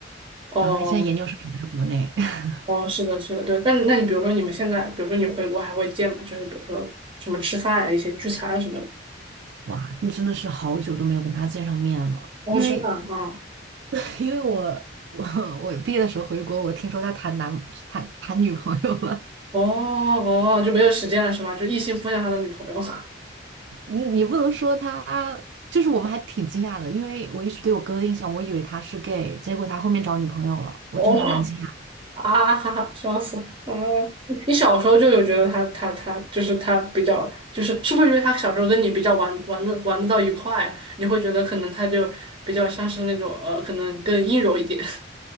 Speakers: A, on the right (about 30°); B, on the right (about 65°).
A: 哦
B: 然后他现在研究生也在国内。<laughs>
A: 哦，是的，是的，对。那你那你比如说你们现在，比如说你回国还会见吗？就是比如说什么吃饭啊，一些聚餐啊什么的。
B: 哇，那真的是好久都没有跟他见上面了，
A: 哦，
B: 因为
A: 真的啊，嗯
B: <laughs> 因为我我我毕业的时候回国，我听说他谈男谈谈女朋友了，
A: 哦哦，就没有时间了是吗？就一心扑向他的女朋友。<laughs>
B: <laughs> 你你不能说他。就是我们还挺惊讶的，因为我一直对我哥的印象，我以为他是 gay，结果他后面找女朋友了，我真的还蛮惊讶
A: 哦啊哈哈，笑死！啊，你小时候就有觉得他他他就是他比较就是是不是因为他小时候跟你比较玩玩的玩得到一块啊你会觉得可能他就比较像是那种呃，可能更阴柔一点。